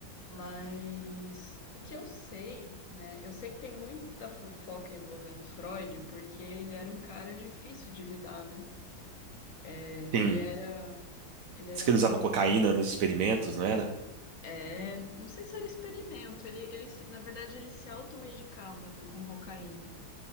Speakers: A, on the left; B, on the right.
A: Mas o que eu sei, né? Eu sei que tem muita fofoca envolvendo Freud, porque ele era um cara difícil de lidar, né? É,
B: Sim.
A: Ele era. Ele era
B: Diz que
A: muito
B: ele usava cocaína nos experimentos, não era?
A: É, não sei se era experimento. Ele, ele, se- na verdade, ele se automedicava, né, com cocaína.